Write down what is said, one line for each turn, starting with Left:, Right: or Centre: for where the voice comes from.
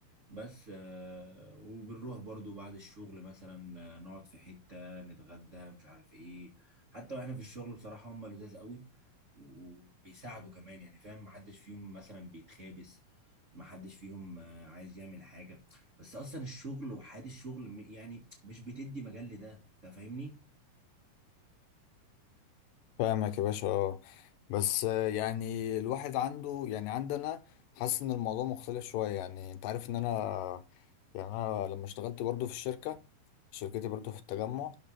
Right: بس آه، وبنروح برضو بعد الشغل مثلا آه، نقعد في حتة نتغدى مش عارف ايه حتى واحنا في الشغل بصراحة هم لذاذ قوي وبيساعدوا كمان يعني فاهم محدش فيهم مثلا بيتخابس محدش فيهم آه، عايز يعمل حاجة بس اصلا الشغل وحياة الشغل م- يعني مش بتدي مجال لده انت فاهمني
Left: فاهمك يا باشا اه بس آه، يعني الواحد عنده يعني عندنا حاسس ان الموضوع مختلف شوية يعني انت عارف ان انا يعني انا لما اشتغلت برضو في الشركة شركتي برضو في التجمع